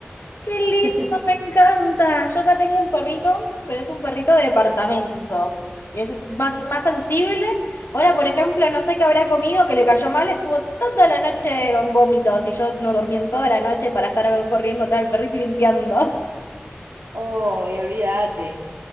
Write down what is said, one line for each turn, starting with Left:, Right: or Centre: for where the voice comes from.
Left: Qué lindo,
Right: <laughs>
Left: me encanta. Yo acá tengo un perrito, pero es un perrito de departamento. Y ese es más, más sensible. Ahora, por ejemplo, no sé qué habrá comido que le cayó mal, estuvo toda la noche con vómitos y yo no dormí en toda la noche para estar corriendo atrás del perrito y limpiando.
Right: Oh, y olvídate.